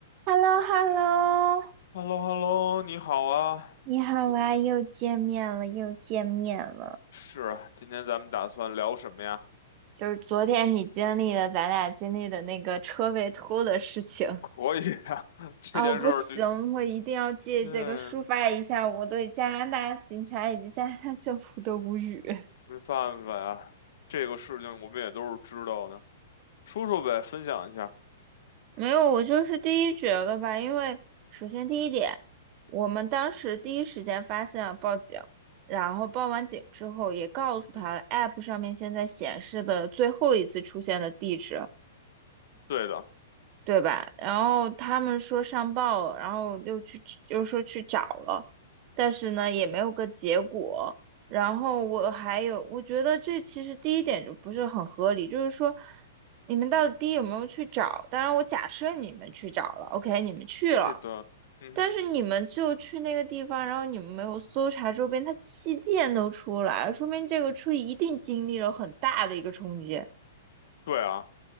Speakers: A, on the right; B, on the left.
A: h e l l o h e l l o
B: h e l l o h e l l o 你好啊，
A: 你好啊，
B: 今
A: 又见面了，又见面了。
B: 是啊，今天咱们打算聊什么呀？
A: 就是昨天你经历的，咱俩经历的那个车被偷的事情。
B: <laughs> 可以啊，<laughs> 这件事儿就，
A: 哦，我不行，我一定要借这个抒发一下我对加拿大警察以及加拿大政府的无语。
B: 嗯，没办法呀，这个事情我们也都是知道的，说说呗，分享一下。
A: 没有，我就是第一觉得吧，因为首先第一点，我们当时第一时间发现了报警，然后报完警之后也告诉他了，App
B: 嗯哼，
A: 上面现在显示的最后一次出现的地址。
B: 对的，
A: 对吧？然后他们说上报了，然后又去，又说去找了，但是呢也没有个结果。然后我还有，我觉得这其实第一点就不是很合理，就是说你们到底有没有去找？当然，我假设你们去找了，OK，你们去了，
B: 是的，嗯哼，
A: 但是你们就去那个地方，然后你们没有搜查周边，他气垫都出来了说明这个车一定经历了很大的一个冲击。
B: 对啊，